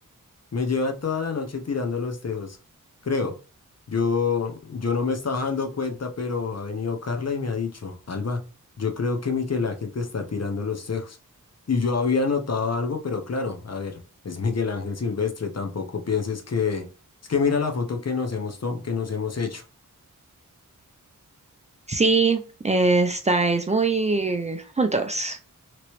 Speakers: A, on the left (about 50°); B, on the right (about 20°).
A: Me lleva toda la noche tirando los tejos, creo. Yo, yo no me estaba dando cuenta, pero ha venido Carla y me ha dicho, Alba, yo creo que Miguel Ángel te está tirando los tejos. Y yo había notado algo, pero claro, a ver, es Miguel Ángel Silvestre, tampoco pienses que... Es que mira la foto que nos hemos tom- que nos hemos hecho.
B: sí, estáis muy juntos.